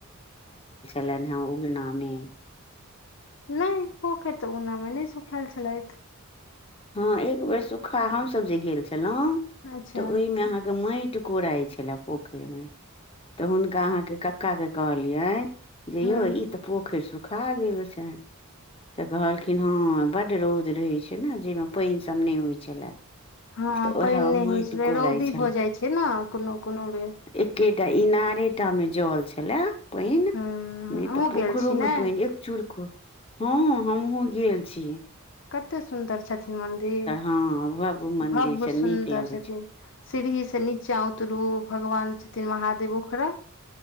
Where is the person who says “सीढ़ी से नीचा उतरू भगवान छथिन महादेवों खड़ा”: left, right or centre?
Left